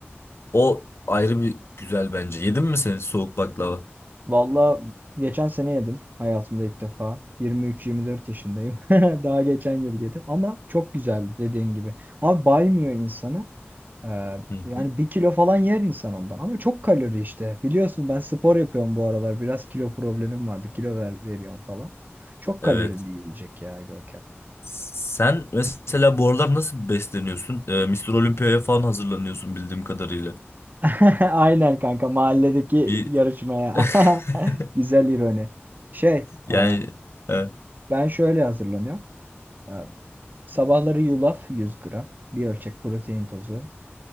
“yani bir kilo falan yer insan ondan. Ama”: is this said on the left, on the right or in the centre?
Right